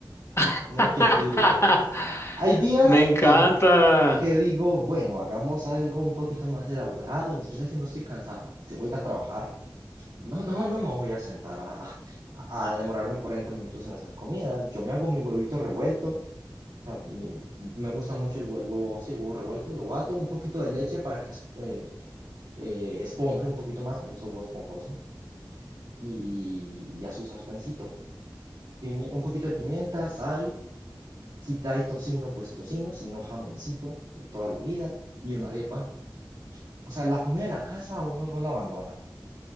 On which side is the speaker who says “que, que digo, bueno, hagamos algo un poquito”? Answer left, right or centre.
Right